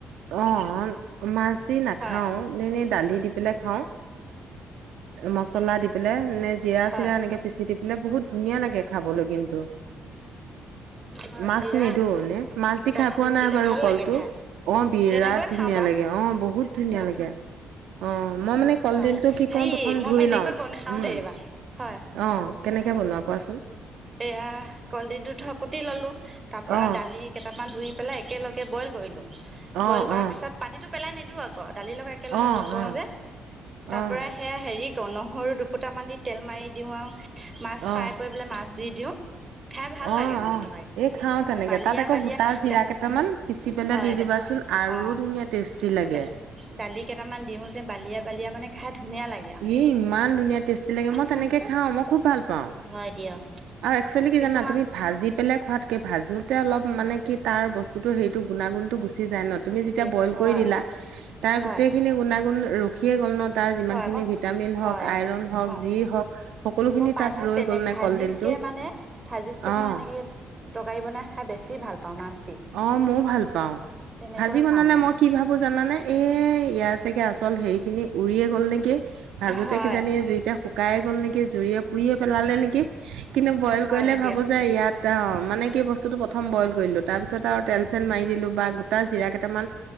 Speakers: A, on the right (about 85°); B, on the right (about 25°).
A: আহ মাছ নাখাওঁ
B: হয়
A: এনেই দালি দি পেলাই খাওঁ মছলা দি পেলাই। নে জিৰা
B: হয়
A: চিৰা এনেকে পিচি দি পেলাই বহুত ধুনীয়া লাগে খাবলৈ কিন্তু।
B: হয়
A: মাছ
B: জিৰা
A: নিদি এনে, মাছ দি
B: আদা
A: খাই
B: নহৰু
A: পোৱা নাই
B: দিলে
A: বাৰু
B: ভাল
A: কলটো।
B: লাগে খাই
A: অ বিৰাট
B: তেনেকৈ
A: ধুনীয়া
B: খাওঁ বাৰু
A: লাগে, অ বহুত ধুনীয়া
B: হয়
A: লাগে, অ মই মানে কলডিলটো
B: হয়
A: কি
B: হেৰি
A: কম প্ৰথম
B: মই
A: ঘুই
B: মানে এনেকৈ
A: লওঁ
B: বনাই খাওঁ
A: উম,
B: দেই এইবাৰ হয়
A: অ। কেনেকে বনোৱা কোৱাচোন?
B: এয়া কলডি দু ধ কুটি ললো তাৰ পৰা
A: অ
B: দালি কেইটামান ধুই পেলাই একেলগে বইল কৰিলোঁ,
A: অ
B: বইল কৰাৰ
A: অ
B: পিছত পানীটো পেলাই নিদিওঁ আকৌ দালি লগত একেলগে
A: অ', অ',
B: ব কৰোঁ যে
A: অ',
B: তাৰ পৰা সেয়া হেৰি নহৰু দুপুটামান দি তেল মাৰি দিও আৰু মাছ
A: অ',
B: ফ্ৰাই কৰিবলৈ মাছ দি দিওঁ। খাই ভাল
A: অ',
B: লাগে মানে
A: অ',
B: তৰকাৰী খন,
A: এই খাওঁ তেনেকে
B: বালিয়া
A: তাত আকৌ
B: বালিয়া
A: গোটা জিৰা
B: দা
A: কেইটামান পিচি পেলাই
B: হয়
A: দি দিবাচোন
B: দা
A: আৰু
B: অ,
A: ধুনীয়া টেষ্টি লাগে।
B: দা দালি কেইটামান দিওঁ যে বালিয়া বালিয়া মানে খাই ধুনীয়া লাগে
A: এ ইমান ধুনীয়া টেষ্টি লাগে মই
B: আৰু
A: তেনেকে খাওঁ মই খুব ভাল পাওঁ।
B: হয় দিয়ক
A: আৰু এক্চুৱেলি কি
B: কিছুমান
A: জানা তুমি ভাজি পেলাই খোৱাতকে ভাজোতে অলপ মানে কি তাৰ বস্তুতটো হেৰিটো গুণাগুণত গুচি যাই ন তুমি যেতিয়া
B: বেছি
A: বৈল কৰি
B: হয়
A: দিলা তাৰ
B: হয়
A: গোটেইখিনি গুণাগুণ ৰখিয়ে গ'ল ন তাৰ যিমান
B: হয়
A: খিনি
B: মই
A: ভিটামিন হওঁক
B: হয়
A: আইৰণ হওক
B: হয়
A: যি হওঁক সকলোখিনি
B: মই প্ৰায়ভাগ
A: তাত ৰৈ
B: তেনে
A: গ'ল নাই
B: ভাজিতকে
A: কলডিলটো।
B: মানে ভাজিতকে
A: অ',
B: মই এনেকে তৰকাৰী বনাই খাই বেছি ভাল পাওঁ মাছ দি
A: অ ময়ো ভাল পাওঁ,
B: তেনেকৈয়ে
A: ভাজি বনালে
B: খাওঁ
A: মই কি ভাবো জানানে এ ইয়াৰ চাকে আচল হেৰিখিনি উৰিয়ে গ'ল নেকি। ভাজোতে
B: হয়
A: কিজানি জুইতে শুকাই গল নেকি জুইে পুৰিয়ে পেলালে নেকি, কিন্তু বইল
B: হয়
A: কৰিলে
B: দিয়ক
A: ভাবো যে ইয়াত অ মানে কি বস্তুতটো প্ৰথম বইল কৰিলো তাৰ পিছত আৰু তেল চেল মাৰি দিলো বা গোটা জিৰা কেইটামান